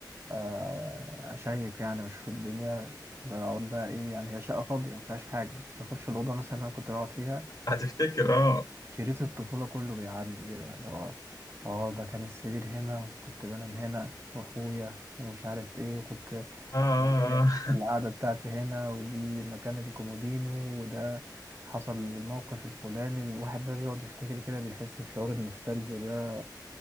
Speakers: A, on the right (about 35°); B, on the left (about 55°).
A: آه، أشيك يعني وأشوف الدنيا بقعد بقى إيه يعني هي شقة فاضية مفيهاش حاجة بس أخش الأوضة مثلا اللي أنا كنت بقعد فيها
B: هتفتكر
A: شريط
B: اه
A: شريط الطفولة كله بيعدي كده اللي هو اه ده كان السرير هنا وكنت بنام هنا واخويا ومش عارف ايه وكنت
B: اه, آه.
A: اللي هي
B: آه. <laughs>
A: القعدة بتاعتي هنا ودي مكانة الكومودينو وده حصل الموقف الفلاني الواحد بقى بيقعد يفتكر كده بيحس بشعور النوستالجيا ده